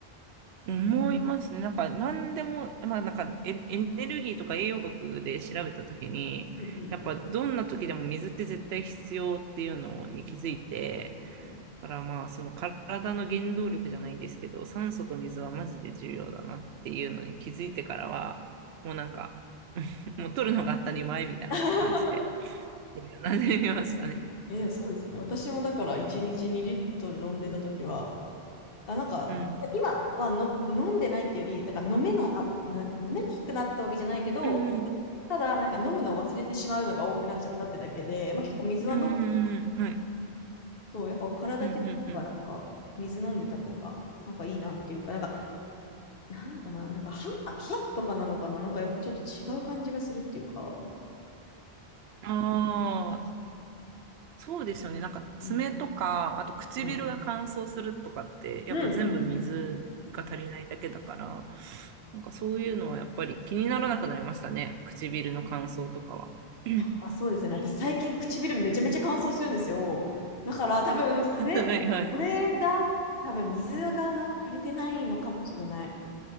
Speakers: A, on the right (about 75°); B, on the left (about 60°).
A: 思います。ねなんか、何でも、まあ、なんかエ、エネルギーとか栄養学で調べたときに、
B: うんうん
A: やっぱ、どんな時でも水って絶対必要っていうのに気づいて、
B: うん。
A: だからまあ、その体の原動力じゃないですけど、酸素と水はマジで重要だなっていうのに気づいてからは、もうなんか、<laughs> もう取るのが当たり前みたいな感じで、
B: <laughs>
A: なじみましたね。
B: え、でもそうですね。私もだから1日2リットル飲んでた時は、あ、なんか、
A: うん。
B: 今はの飲んでないっていうより、だから飲めなかっな、飲めなくなったわけじゃないけど、
A: うんうん。
B: ただなんか飲むのを忘れてしまうのが多くなっちゃったってだけで、まあ、結構水は飲む
A: うんうんうん。はい。
B: そう、やっぱ体的にはなんか、
A: うんうんうん。
B: 水飲んでた方が、なんかいいなっていうか、なんか、なんかな、なんか歯、歯とかなのかな、なんかやっぱちょっと違う感じがするっていうか、
A: ああ、そうですよね。なんか爪とか、
B: うん、
A: あと唇が乾燥するとかって、
B: うん、
A: やっぱ全部水が足りないだけだから、
B: うんうん。
A: なんかそういうのはやっぱり気にならなくなりましたね。唇の乾燥とかは。<laughs>
B: やっぱそうですよね。私最近唇めちゃめちゃ乾燥するんですよ。だから多分、それ、
A: はいはい。
B: これだ。
A: か
B: 多分、水がの足りてないのかもしれない。